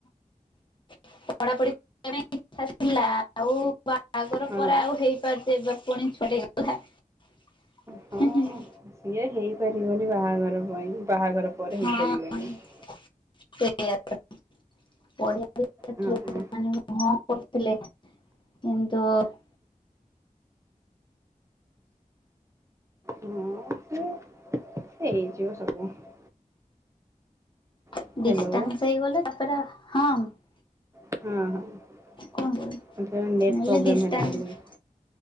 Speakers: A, on the left; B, on the right.
A: <inaudible> <inaudible>
B: ହଁ
A: <inaudible>
B: ହଁ। <inaudible>
A: ହଁ <inaudible>
B: ହଁ
A: <inaudible>
B: ହଁ ହଁ <inaudible>
A: <inaudible>
B: ହ୍ୟାଲୋ। <inaudible>
A: କୁହନ୍ତୁ ମୁଁ
B: <inaudible>
A: କହିଲି ଡିଷ୍ଟାନ୍ସ